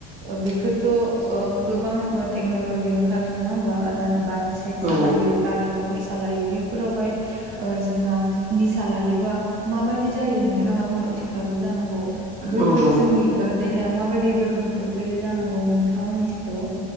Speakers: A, on the right (about 65°); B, on the right (about 35°).
A: ओ बेफोरथ' ओ गोबां ओ टेक्न'लजि ओंखारबाय नङा होमबा ओ बाइक सेक
B: औ
A: सालायो गारि मथर सालायो बैफोरावहाय ओ जोंहा लायोबा मा बायदि जायो नोंथाङाबो मोनथि खागौ जानांगौ बैफोरो
B: औ औ
A: जोंनि ओ देहायाव मा बायदि गोहोम खोख्लैयो जानांगौ नोंथाङा मिथि खागौ